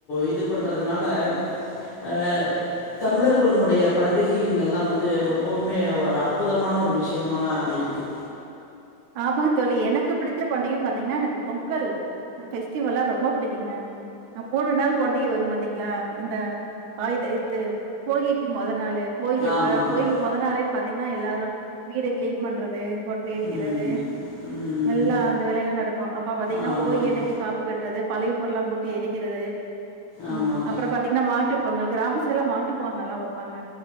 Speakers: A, on the left; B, on the right.
A: இது பண்ணுறதுனால அ தமிழர்களுடைய பண்டிகைங்கெல்லாம் வந்து ரொம்பவுமே ஒரு அற்புதமான ஒரு விஷயமா இருக்கு
B: ஆமா தோழி எனக்குப்புடித்த பண்டிகைன்னு பாத்தீங்கன்னா எனக்கு பொங்கல் பெஸ்டிவெல ரொம்ப பிடிக்குங்க மூணு நாள் பண்டிக வரும் மாத்தீங்களா இந்த ஆயத இது போகிக்கு மொத நாளு போகி அப்ப
A: ஆமாம்
B: போகி மொத நாளே பாத்தீங்கன்னா எல்லாரும் வீடு கிளீன் பண்றது க்கிறது
A: ம் ம்
B: எல்லாம் அந்த வேலைய எல்லாம் நடக்கும் அப்போ பாத்தீங்கன்னா
A: ஆமாங்க.
B: போகி அன்னைக்கு காப்பு கட்டுறது பழைய பொருலாம் போட்டு எரிக்கிறது
A: ஆமாங்க.
B: உ அப்றோம் பாத்தீ என்ன மாட்டுப் பெங்கால் கிராம சயீட்லா மாட்டுப்பொங்கல் நல்லா வைப்பாங்க